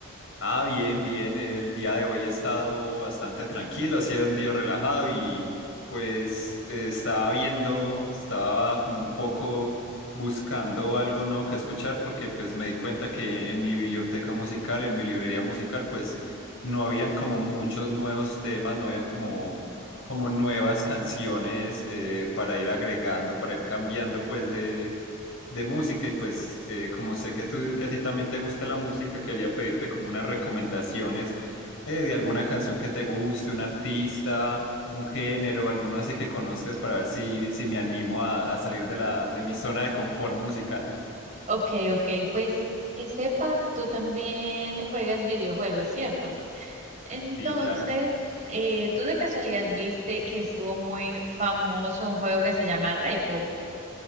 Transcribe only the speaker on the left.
Ah, bien, bien. El día de hoy he estado bastante tranquilo, ha sido un día relajado y pues eh, estaba viendo, estaba como un poco buscando algo nuevo que escuchar porque pues me di cuenta que en mi biblioteca musical, en mi librería musical, pues no habían como muchos nuevos temas, no habían como, como nuevas canciones eh, para ir agregando, para ir cambiando pues de de música y pues eh, como sé que, tú, que a ti también te gusta la música, quería pedirte como unas recomendaciones eh, de alguna canción que te guste, un artista, un género, alguno así que conozcas para ver si, si me animo a, a salir de la, de mi zona de confort musical.
Sí, claro.